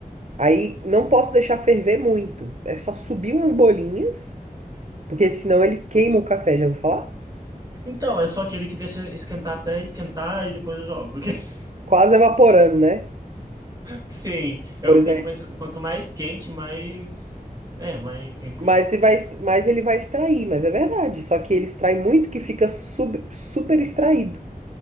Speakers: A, on the right; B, on the right.
A: Aí não posso deixar ferver muito. É só subir umas bolinhas Porque senão ele queima o café, já ouviu falar?
B: Então, eu sou aquele que deixa esquentar até esquentar e depois eu jogo. <laughs>
A: Quase evaporando, né?
B: Sim, eu
A: Pois
B: fico
A: é.
B: pensando, quanto mais quente, mais. É, mais. Enfim.
A: Mas, se vai, est- mas ele vai extrair, mas é verdade. Só que ele extrai muito que fica sub- super extraído.